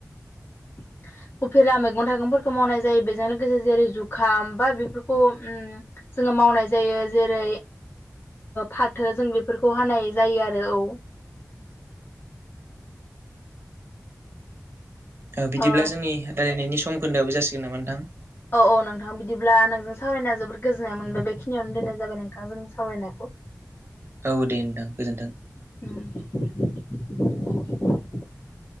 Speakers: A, on the left; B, on the right.
A: <inaudible> उफेरा मैगं थाइगंफोरखौ मावनाय जायो बेजों लोगोसे जेरै जुखाम बा बेफोरखौ उम जोङो मावनाय जायो जेरै- फाथो जों बेफोरखौ हानाय जायो आरो औ
B: बिदिब्ला
A: ओ
B: जोंनि रायलायनायनि सम खोन्दोआबो जासिगोन नामा नोंथां?
A: औ औ नोंथां बिदिब्ला नोंजों सावरायना जोबोद गोजोननाय मोनबाय बेखिनियावनो दोननाय जाबाय नोंथांजों सावरायनायखौ। <inaudible>
B: औ दे नोंथां गोजोनथों
A: उम <inaudible>